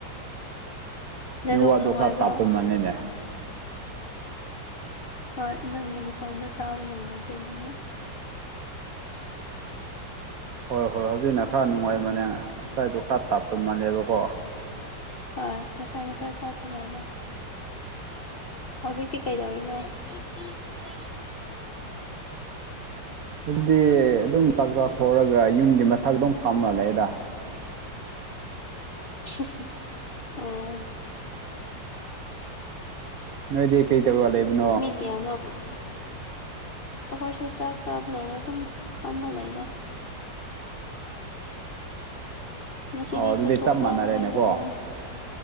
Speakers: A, on the left; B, on the right.
A: ꯅꯦꯠꯋꯥꯛ
B: ꯅꯦꯠꯋꯥꯛꯇꯨ
A: ꯅꯨꯡꯉꯥꯏꯕ꯭ꯔꯣ
B: ꯈꯔ ꯇꯥꯞꯄ ꯃꯥꯅꯤꯅꯦ
A: ꯍꯣꯏ ꯅꯪꯒꯤ ꯃꯈꯣꯟꯗꯣ ꯇꯥꯕ ꯅꯨꯡꯉꯥꯏꯇꯦ ꯑꯗꯨꯒꯤ
B: ꯍꯣꯏ ꯍꯣꯏ ꯍꯧꯖꯤꯛꯅ ꯈꯔ ꯅꯨꯡꯉꯥꯏ ꯃꯥꯅꯦ ꯉꯁꯥꯏꯗꯣ ꯈꯔ ꯇꯞꯄ ꯃꯥꯜꯅꯦꯕꯀꯣ
A: ꯍꯣꯏ ꯉꯁꯥꯏꯗꯣ ꯈꯔ ꯇꯞꯄ ꯃꯥꯅꯦ ꯍꯧꯖꯤꯛꯇꯤ ꯀꯩꯗꯧꯔꯤꯅꯣ <unintelligible>
B: ꯑꯗꯨꯗꯤ ꯑꯗꯨꯝ ꯆꯥꯛ ꯆꯥ ꯊꯣꯛꯔꯒ ꯌꯨꯝꯒꯤ ꯃꯊꯛꯇ ꯑꯗꯨꯝ ꯐꯝꯔ ꯂꯩꯗ
A: <unintelligible> ꯑꯣ
B: ꯅꯣꯏꯗꯤ ꯀꯩ ꯇꯧꯔꯒ ꯂꯩꯕꯅꯣ
A: <unintelligible> ꯑꯩꯈꯣꯏꯁꯨ ꯆꯥꯛ ꯆꯥꯕ ꯂꯣꯏꯔꯒ ꯑꯗꯨꯝ ꯐꯃ ꯂꯩꯗ ꯉꯁꯤꯗꯤ
B: ꯑꯣ ꯑꯗꯨꯗꯤ
A: ꯆꯠꯊꯣꯛꯄ꯭ꯔꯥ
B: ꯆꯞ ꯃꯥꯟꯅꯔꯦꯅꯦꯀꯣ
A: ꯀꯃꯥꯏꯅ ꯇꯧꯕ꯭ꯔꯣ